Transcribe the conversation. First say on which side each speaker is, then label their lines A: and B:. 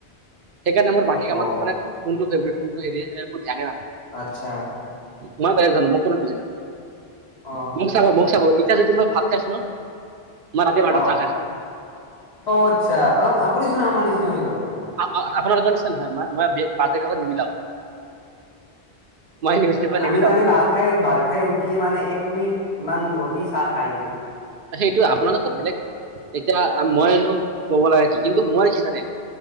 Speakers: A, on the right; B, on the left.
A: সেইকাৰণে মোৰ বাকী কামত
B: অ
A: মানে কোনটো ফেভ্ৰেট কোনটো হেৰি মোক জাগে নাথাকে।
B: আচ্ছা
A: মই বেলেগ ধৰণৰ, মোক কোনো বুজি নাপায়।
B: অ
A: চাব মোক চাব এতিয়া যদি মই ভাত খাইছোঁ ন' মই ৰাতি বাৰটাত
B: অ
A: চাহ খাই আছোঁ।
B: অ, আচ্ছা, আপুনিচোন আমাৰ নিচিনা হৈ গ'ল এতিয়া।
A: আ -আ-আপোনালোকৰ নিচিনা নহয়, মই-মই বাজে কামত নিমিলাও। নিউজ পেপাৰ
B: আমি
A: নিবিলাও
B: মানে ভাত খাই ভাত খাই উঠিয়ে মানে এক মিনিট মান ৰখি চাহ খাই দিওঁ।
A: সেইটো আপোনালকৰ বেলেগ, এতিয়া মইনো ক'ব লাগা কি কিন্তু মই কি জানে।